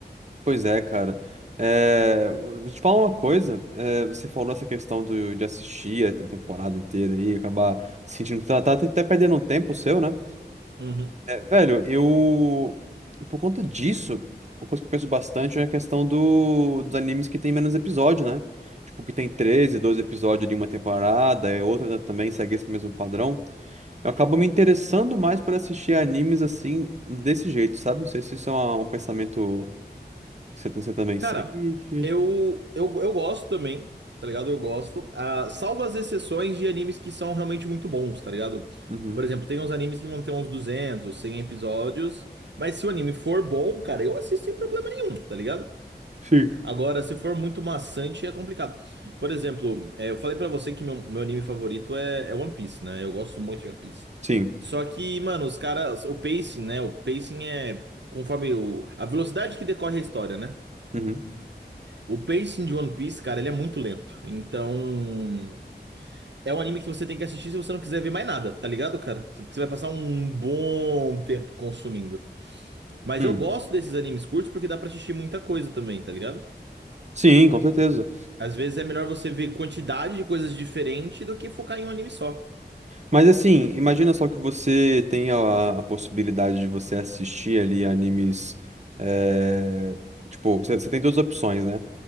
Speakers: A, on the right (about 40°); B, on the right (about 85°).
A: Pois é, cara. É... eu Vou te falar uma coisa. É, Você falou essa questão do... de assistir a temporada inteira aí, acabar sentindo que tá tá até até perdendo um tempo seu, né?
B: Uhum.
A: Velho, eu. Por conta disso, uma coisa que eu penso bastante é a questão do... dos animes que tem menos episódio, né? Tipo, que tem 13 12 episódios de uma temporada, é outra também segue esse mesmo padrão. Eu acabo me interessando mais por assistir animes assim, desse jeito, sabe? Não sei se isso é uma- um pensamento que você você também sente.
B: Cara, eu, eu, eu gosto também, tá ligado? Eu gosto. Ah, salvo as exceções de animes que são realmente muito bons, tá ligado?
A: Uhum.
B: Por exemplo, tem uns animes que vão ter uns 200, 100 episódios. Mas se o anime for bom, cara, eu assisto sem problema nenhum, tá ligado?
A: Sim.
B: Agora, se for muito maçante, é complicado. Por exemplo, é, eu falei pra você que meu, meu anime favorito é, é One Piece, né? Eu gosto muito de One Piece.
A: Sim.
B: Só que, mano, os caras, o pacing, né? O pacing é conforme o, a velocidade que decorre a história, né?
A: Uhum.
B: O pacing de One Piece, cara, ele é muito lento. Então, é um anime que você tem que assistir se você não quiser ver mais nada, tá ligado, cara? Porque você vai passar um bom tempo consumindo. Mas
A: Hum.
B: eu gosto desses animes curtos porque dá pra assistir muita coisa também, tá ligado?
A: Sim, com certeza.
B: Às vezes é melhor você ver quantidade de coisas diferentes do que focar em um anime só.
A: Mas assim, imagina só que você tem a, a possibilidade de você assistir ali animes. eh, Tipo, você você tem duas opções, né?